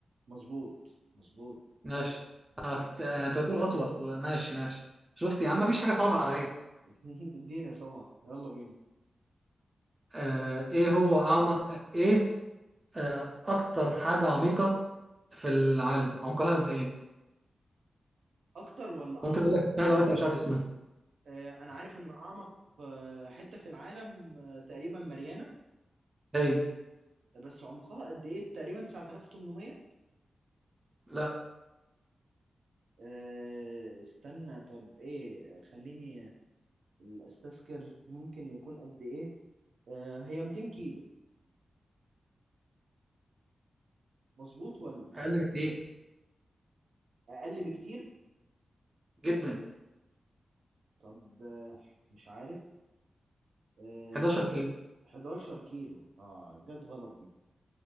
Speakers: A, on the right; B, on the right.
A: مظبوط مظبوط
B: ماشي
A: مظبوط
B: عرفت- آه،
A: سمع
B: انت بتقول اطول لا، ماشي ماشي شفت يا عم مفيش حاجه صعبه عليا
A: <laughs> اديني يا سمع يلا بينا
B: آه ايه هو اعمق ايه آه اكتر حاجة عميقة في العالم عمقها قد ايه
A: اكتر ولا
B: ممكن
A: اعمق
B: اقول لك اسمها لو انت مش عارف اسمها
A: آه، انا عارف ان اعمق آه، حته في العالم آه، تقريبا ماريانا
B: هي
A: بس عمقها قد ايه تقريبا 9800
B: لا
A: آه، استنى طب ايه خليني استذكر ممكن يكون قد ايه آه، هي 200 كيلو مظبوط ولا
B: اقل بكتير
A: اقل بكتير
B: جدا
A: طب آه، مش عارف آه،
B: 11 كيلو
A: 11 كيلو اه جت غلط دي